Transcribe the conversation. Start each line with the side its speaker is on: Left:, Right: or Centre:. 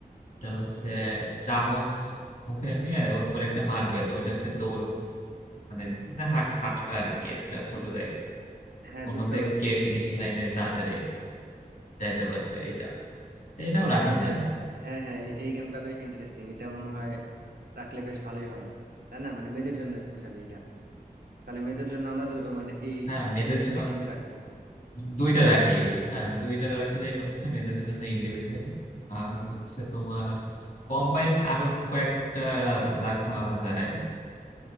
Left: এটা হচ্ছে চামচ মুখে নিয়ে ওর উপর একটা মার্বেল ওইটা হচ্ছে দৌড় মানে না হাট হাঁটা আর কি একটা ছোট জায়গায়
Right: হ্যাঁ
Left: ওর
Right: বুঝতে
Left: মধ্যে
Right: পারছি
Left: কে ফিনিশিং লাইনে তাড়াতাড়ি যাইতে পারবে এটা এটাও
Right: হ্যাঁ
Left: রাখা
Right: হ্যাঁ
Left: যায়
Right: হ্যাঁ হ্যাঁ এই এই গেমটা বেশ ইন্টারেস্টিং এটা মনে হয় রাখলে বেশ ভালোই হয় তাই না মানে মেয়েদের জন্য স্পেশালি এটা তাহলে মেয়েদের জন্য আমরা দু- মানে এই
Left: হ্যাঁ মেয়েদের
Right: দু তিনটা
Left: জন্য
Right: গেমই রাখবো
Left: দুইটা রাখি হ্যাঁ দুইটা রাখলে হচ্ছে মেয়েদের জন্য ইন্ডিভিজুয়াল আর হচ্ছে তোমার কম্বাইন আরো কয়েকটা রাখা যায়